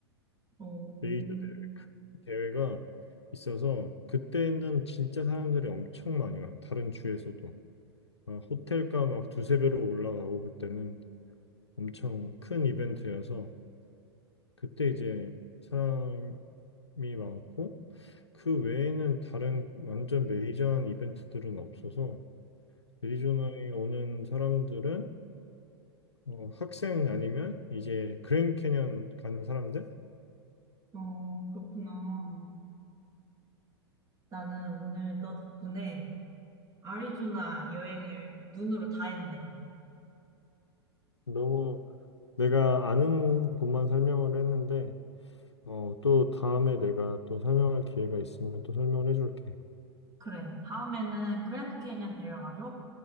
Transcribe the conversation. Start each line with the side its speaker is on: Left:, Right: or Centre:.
Right: 어,
Left: 메이저 대회 큰 대회가 있어서 그때는 진짜 사람들이 엄청 많이 와. 다른 주에서도 막 호텔가 막 두세 배로 올라가고 그때는 엄청 큰 이벤트여서 그때 이제 사람이 많고. 그 외에는 다른 완전 메이저한 이벤트들은 없어서 애리조나에 오는 사람들은 어, 학생 아니면 이제 그랜드 캐년 가는 사람들?
Right: 어, 그렇구나. 나는 오늘 너 덕분에 아리조나 여행을 눈으로 다 했네.
Left: 너무 내가 아는 곳만 설명을 했는데 어, 또 다음에 내가 또 설명할 기회가 있으면 또 설명을 해줄게.
Right: 그래. 다음에는 그랜드 캐니언 데려가줘.